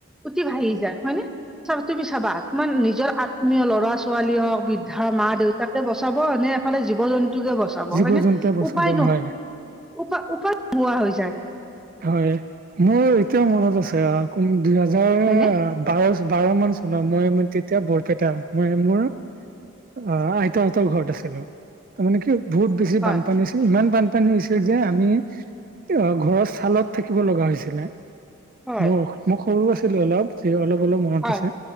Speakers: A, in the centre; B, on the right (about 40°).
A: উটি ভাহি যায় হয়নে। চাবা তুমি চাবা তোমাৰ নিজৰ আত্মীয় ল'ৰা ছোৱালী হওক বৃদ্ধা মা দেউতাক বচাব নে এফালে জীৱ জন্তুকে বচাব
B: জীৱ
A: হয়নে
B: জন্তুৱে বচাব
A: উপায় ন
B: হয়
A: উপায় উপায় নোহোৱা হৈ যায়।
B: হয় মোৰ এতিয়াও মনত আছে ক দুই হাজাৰ
A: হয়নে
B: আঠ বাৰ, বাৰ মান চনৰ মই মানে তেতিয়া বৰপেটা মই মোৰ। অ', আইতা আইতাহঁতৰ ঘৰত আছিলোঁ তাৰ মানে কিয় বহুত বেছি
A: হয়
B: বানপানী হৈছিল ইমান বানপানী হৈছিল যে আমি অ', ঘৰত ছালত থাকিব লগা হৈছিলে
A: হয়
B: মোৰ মোক সৰু আছিলোঁ অলপ যে অলপ, অলপ মনত
A: হয়
B: আছে